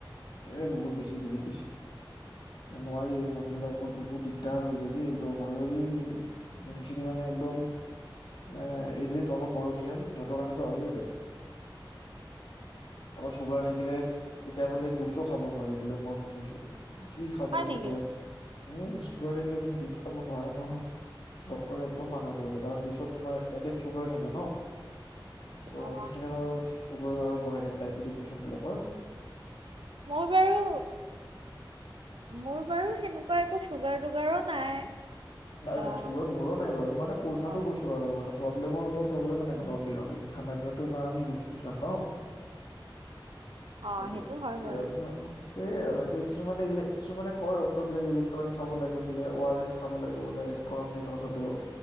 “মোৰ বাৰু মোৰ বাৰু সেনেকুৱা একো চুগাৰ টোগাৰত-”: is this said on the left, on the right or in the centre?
Right